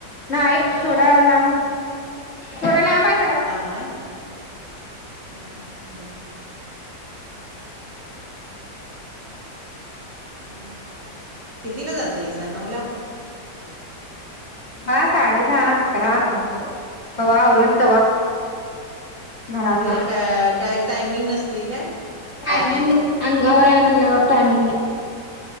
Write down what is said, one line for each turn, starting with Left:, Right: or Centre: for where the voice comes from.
Left: नाही थोडा लांब,
Right: हा
Left: थोडा लांब हाय.
Right: लांब हाय? हां हां हां. मग कितीला जातंय <unintelligible> नऊला.
Left: दहा साडे दहा अकरा
Right: हॅलो
Left: कवा हुतंय, कवा आवरल तवा. घरातलं
Right: म्हणजे काय काय टायमिंग नसतंय काय?
Left: टयमिंग
Right: जाण्याची
Left: नई, अंगावर हाय म्हणल्यावर टाइमिंग नाही.